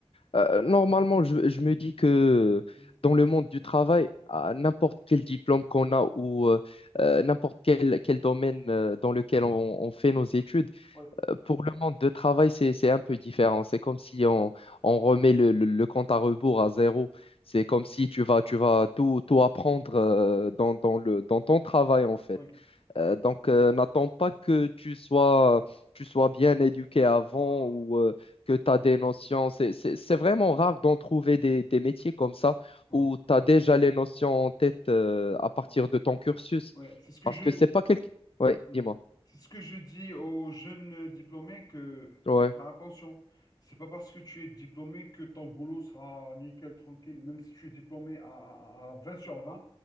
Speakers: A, on the left; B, on the left.
A: Euh, normalement, je, je me dis que
B: Mhm.
A: dans le monde du travail, à n'importe quel diplôme qu'on a ou euh,
B: Mhm.
A: euh, n'importe quel, quel domaine euh, dans lequel on, on fait nos études,
B: Oui,
A: euh, pour le monde de travail, c'est, c'est un peu différent. C'est comme si on, on remet le, le- le compte à rebours à zéro. C'est comme si tu vas, tu vas tout, tout apprendre euh, dans, dans le, dans ton travail, en fait.
B: oui. Ok.
A: Euh, donc, euh, n'attends pas que tu sois, tu sois bien éduqué avant
B: Voilà.
A: ou euh, que tu as des notions. C'est, c'est, c'est
B: Oui,
A: vraiment rare d'en trouver des, des métiers comme ça
B: voilà.
A: où tu as déjà les notions en tête euh, à partir
B: Oui.
A: de ton cursus.
B: Ouais. C'est ce que
A: Parce
B: je,
A: que c'est pas quelque... Oui,
B: Mhm.
A: dis-moi.
B: c'est ce que je dis aux jeunes diplômés que
A: Ouais.
B: faut faire attention. C'est pas parce que tu es diplômé que ton boulot sera nickel, tranquille. Même si tu es diplômé à, à- à 20 sur 20,